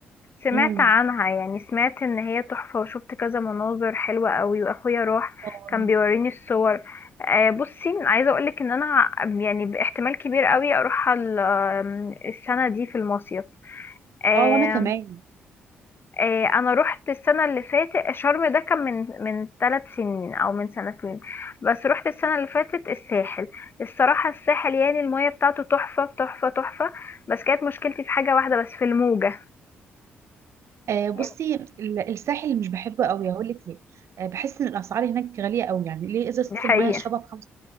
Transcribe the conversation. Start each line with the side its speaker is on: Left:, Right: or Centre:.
Left: سمعت
Right: امم
Left: عنها يعني سمعت ان هي تحفة وشفت كذا مناظر حلوة قوي واخويا راح
Right: اه
Left: كان بيوريني الصور آه، بصي عايزة اقولك ان انا ع- يعني باحتمال كبير قوي اروح ال- آم، السنة دي في المصيف آه،
Right: آه، وانا كمان
Left: آه، انا رحت السنة اللي فاتت شرم ده كان من من ثلاث سنين او من سنتين بس رحت السنة اللي فاتت الساحل الصراحة الساحل يعني المية بتاعته تحفة تحفة تحفة بس كانت مشكلتي في حاجة واحدة بس في الموجة
Right: آه بصي
Left: يعني
Right: ال- الساحل مش بحبه قوي هقول لك ليه آه بحس ان الاسعار هناك غاليه قوي يعني ليه ازازه
Left: دي حقيقة
Right: الميه اشربها بخمسة